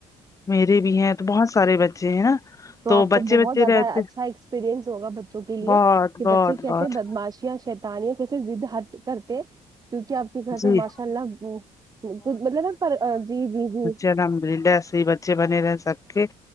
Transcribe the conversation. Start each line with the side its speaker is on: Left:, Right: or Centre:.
Left: میرے بھی ہیں تو بہت سارے بچے ہیں نا
Right: تو آپ
Left: بچے
Right: کو بہت
Left: بچے
Right: زیادہ
Left: رہتے
Right: اچھا ایکسپییرئنس ہوگا بچوں کے لیے
Left: بہت
Right: کہ
Left: بہت
Right: بچے کیسے
Left: بہت
Right: بدماشیاں شیطانیاں کیسے زید ہٹ کرتے کیونکہ اب کہتے
Left: جی
Right: ماشاء اللہ ب بہت مطلب نا پر جی جی جی
Left: الحمدللہ سے بچے بنے رہے سب کے